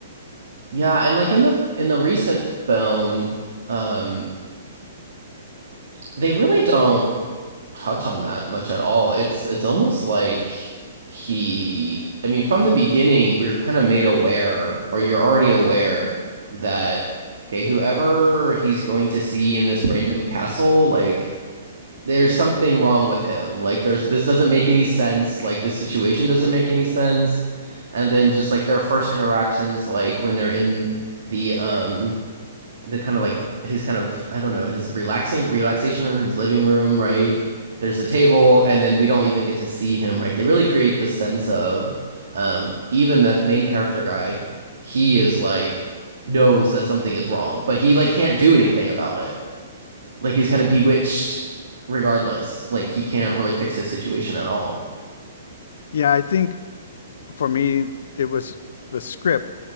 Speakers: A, on the right; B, on the left.
A: Yeah, and like in the in the recent film, um, they really don't. touch on that much at all. It's it's almost like he, I mean, from the beginning, we were kind of made aware, or you're already aware that okay, whoever he's going to see in this random castle, like there's something wrong with him. Like there's this doesn't make any sense. Like this situation doesn't make any sense. And then just like their first interactions, like when they're in the um the kind of like his kind of I don't know his relaxing relaxation room, his living room, right? There's the table, and then we don't even get to see him, right? They really create this sense of um, even that main character guy, he is like knows that something is wrong, but he like can't do anything about it. Like he's kind of bewitched regardless. Like he can't really fix his situation at all.
B: Yeah, I think for me it was the script.